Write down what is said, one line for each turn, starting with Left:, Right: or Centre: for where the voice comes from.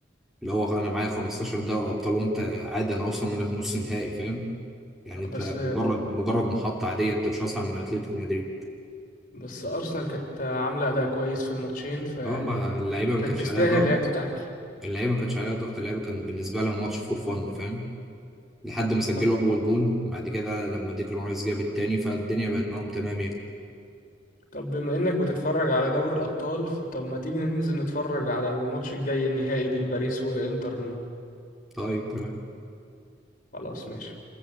Centre: اللي هو انا معايا 15 دوري ابطال وانت عادي انا اوصل منك نص نهائي فاهم يعني انت
Left: بس
Centre: مجرد مجرد محطه عاديه انت مش اصعب من اتلتيكو مدريد
Left: بس ارسنال كانت عامله اداء كويس في الماتشين فيعني
Centre: اه ما اللعيبه ما
Left: كانت
Centre: كانش
Left: تستاهل
Centre: عليها ضغط
Left: هي تتاهل
Centre: اللعيبه ما كانش عليها ضغط اللعيبه كان بالنسبه لها ماتش فور فن فاهم لحد ما سجلوا
Left: طب
Centre: اول جون بعد كده لما ديكلان رايس جاب التاني فالدنيا بقت معاهم تمام يعني
Left: طب بما انك بتتفرج على دوري الابطال فطب ما تيجي ننزل نتفرج على الماتش الجاي النهائي بين باريس وانتر
Centre: طيب تمام
Left: خلاص ماشي